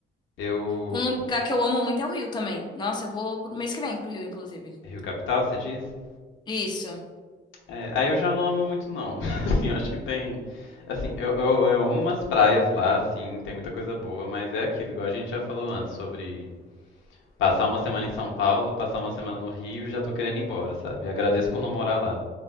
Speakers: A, on the left; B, on the left.
A: Eu.
B: Um lugar que eu amo muito é o Rio também. Nossa, eu vou pro mês que vem pro Rio, inclusive.
A: Rio Capital, você diz?
B: Isso.
A: É, aí eu já não amo muito não. <laughs> Assim, eu acho que tem, assim, eu, eu, eu amo umas praias lá, assim, tem muita coisa boa, mas é aquilo, igual a gente já falou antes, sobre passar uma semana em São Paulo, passar uma semana no Rio, e já tô querendo ir embora, sabe? Agradeço por não morar lá.